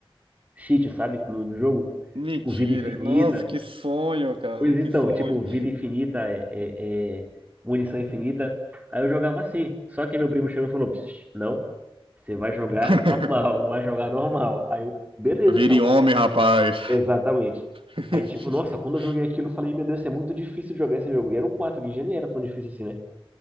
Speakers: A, on the right; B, on the right.
A: cheat, sabe? No, no jogo.
B: Mentira.
A: Tipo, vida infinita.
B: Nossa, que sonho, cara,
A: Pois
B: que
A: então,
B: sonho.
A: tipo, vida infinita, é, é, é, munição infinita. Aí eu jogava assim. Só que meu primo chegou e falou, "Pss, não, você vai jogar
B: <laughs>
A: normal, vai jogar normal. Aí eu, beleza,
B: Vire
A: então."
B: homem, rapaz.
A: Exatamente.
B: <laughs>
A: Aí, tipo, nossa, quando eu joguei aquilo, eu falei, meu Deus, isso é muito difícil de jogar esse jogo. E era o 4 que já nem era tão difícil assim, né?